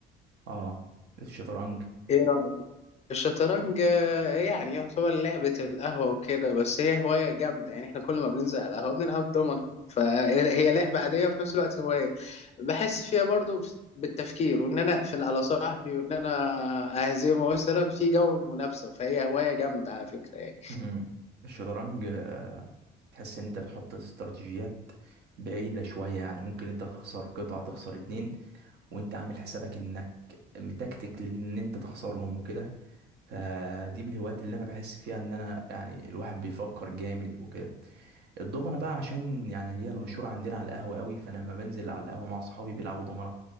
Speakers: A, on the right; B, on the left.
A: اه الشطرنج
B: إيه رأيك؟ الشطرنج آه، يعني يعتبر لعبة القهوة وكده بس هي هواية جامدة يعني احنا كل ما بننزل على القهوة بنلعب دومنة فهي لعبة عادية وفي نفس الوقت هواية بحس فيها برضو بالتفكير وان انا اقفل على صاحبي وان انا اهزمه مثلا في جو المنافسة فهي هواية جامدة على فكرة يعني
A: مم. الشطرنج آه، تحس ان انت بتحط استراتيجيات بعيدة شوية يعني ممكن انت تخسر قطعة تخسر اتنين وانت عامل حسابك انك متكتك لان انت تخسرهم وكده فدي من الهوايات اللي انا بحس فيها ان انا يعني الواحد بيفكر جامد وكده الضمنة بقى عشان يعني هي اللي مشهورة عندنا على القهوة قوي فانا لما بنزل على القهوة مع اصحابي بيلعبوا ضمنة